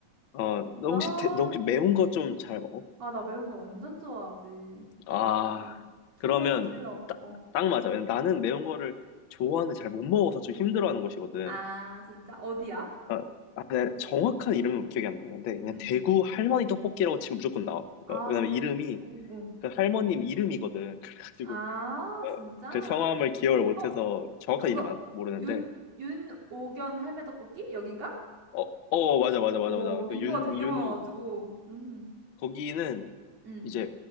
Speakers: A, on the left; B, on the right.
A: 어, 너
B: 아,
A: 혹시 대- 너 혹시 매운 거 좀 잘 먹어?
B: 아, 나 매운 거 완전 좋아하지.
A: 아,
B: 어, 킬러지,
A: 그러면
B: 킬러.
A: 따-
B: 어,
A: 딱 맞아. 왜냐면 나는 매운 거를 좋아하는데 잘 못 먹어서 좀 힘들어하는 것이거든.
B: 아, 진짜? 어디야?
A: 아, 아, 내가 정확한 이름은 기억이 안 나는데 그냥
B: 음,
A: 대구 할머니 떡볶이라고 치면 무조건 나와.
B: 아,
A: 그러니까 왜냐면
B: 대,
A: 이름이
B: 어, 어.
A: 그 할머님 이름이거든. <laughs> 그래가지고
B: 아,
A: 어,
B: 진짜?
A: 그 성함을 기억을 못해서
B: 어,
A: 정확한
B: 그거,
A: 이름 안 모르는데
B: 윤, 윤오견 할매 떡볶이? 여긴가?
A: 어, 어 맞아 맞아 맞아
B: 어,
A: 맞아. 그
B: 리뷰가
A: 윤,
B: 되게
A: 윤
B: 많아가지고, 음,
A: 거기는
B: 음.
A: 이제